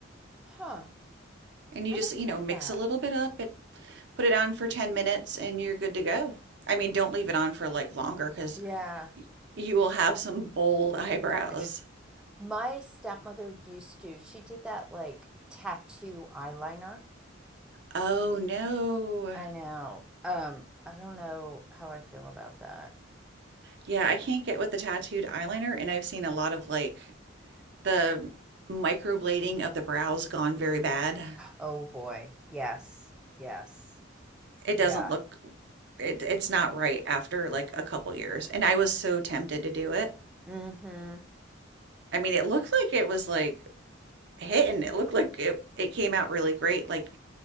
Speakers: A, in the centre; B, on the right.
A: Huh.
B: and you
A: I
B: just
A: might
B: you
A: try
B: know mix
A: that.
B: a little bit up, it put it on for ten minutes, and you're good to go. I mean, don't leave it on for like longer because
A: Yeah.
B: you will have some bold eyebrows.
A: It's- My stepmother used to, she did that like tattoo eyeliner.
B: Oh no.
A: I know. Um, I don't know how I feel about that.
B: Yeah, I can't get with the tattooed eyeliner, and I've seen a lot of like the microblading of the brows gone very bad.
A: Oh boy. Yes. Yes.
B: It doesn't
A: Yeah.
B: look it it's not right after like a couple years. And I was so tempted to do it.
A: Mm-hmm.
B: I mean, it looked like it was like hitting. It looked like it it came out really great like